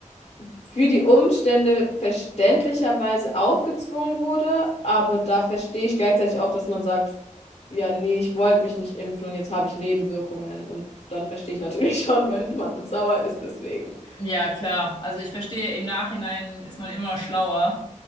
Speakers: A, on the left (about 50°); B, on the left (about 35°).
A: für die Umstände verständlicherweise aufgezwungen wurde, aber da verstehe ich gleichzeitig auch, dass man sagt, ja, nee, ich wollte mich nicht impfen und jetzt habe ich Nebenwirkungen und dann verstehe ich natürlich <laughs> schon, wenn man sauer ist, deswegen.
B: Ja, klar. Also ich verstehe, im Nachhinein ist man immer schlauer.